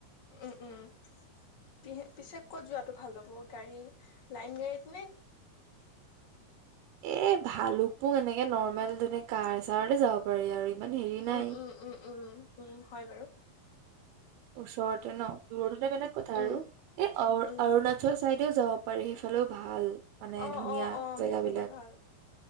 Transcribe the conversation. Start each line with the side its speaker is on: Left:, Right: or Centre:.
Left: উম-উম। পি-পিছে ক'ত যোৱাটো ভাল হ'ব গাড়ী লাইন গাড়ীত নে?
Right: এ ভালুক পুং এনেকে নৰ্মেল তেনে কাৰ ছাৰতে যাব পাৰি আৰু। ইমান হেৰি নাই।
Left: উম-উম-উম-উম-উম উম, হয় বাৰু।
Right: ওচৰতে ন? দূৰত হলে বেলেগ কথা
Left: উম
Right: আৰু এ অ-অৰুণা
Left: উম
Right: চল চাইডেও যাব পাৰি সেইফালেও ভাল। মানে
Left: অ',
Right: ধুনীয়া
Left: অ', অ',
Right: জেগাবিলাক।
Left: সেইফালে ভাল।